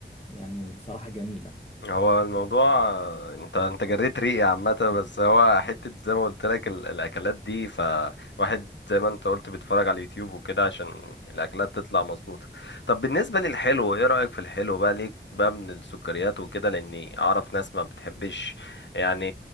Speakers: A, on the left (about 35°); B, on the left (about 80°).
A: يعني بصراحه جميله
B: هو الموضوع انت انت جريت ريقي عامة بس هو حتة زي ما قلت لك ال- الأكلات دي فواحد زي ما انت قلت بيتفرج على اليوتيوب وكده عشان الأكلات تطلع مظبوطة طب بالنسبة للحلو ايه رأيك في الحلو بقى ليك بقى من السكريات وكده لأني أعرف ناس ما بتحبش يعني